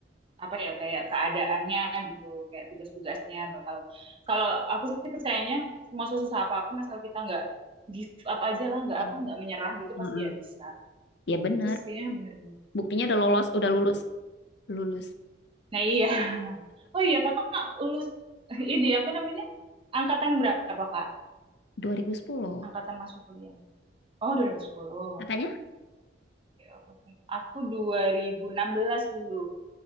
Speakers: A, on the right; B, on the left.
A: apa ya kayak keadaannya gitu kayak tugas-tugasnya bakal kalau aku sih percayanya semua susah apapun asal kita nggak give up aja lah nggak
B: Men-
A: apa nggak menyerah gitu
B: Heeh.
A: pasti ya bisa
B: Ya benar.
A: itu sih yang bener-bener
B: Buktinya udah lolos, udah
A: Mm.
B: lulus. Lulus
A: nah iya <laughs> oh iya kakak lulus <laughs> ini apa namanya angkatan berapa kak
B: dua ribu sepuluh
A: angkatan masuk kuliah oh 2010
B: Makanya,
A: oke oke aku 2016 dulu